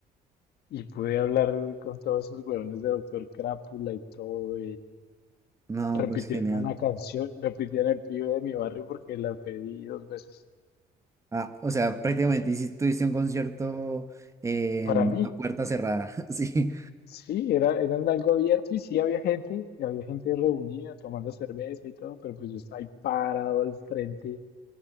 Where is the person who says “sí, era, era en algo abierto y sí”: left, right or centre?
Left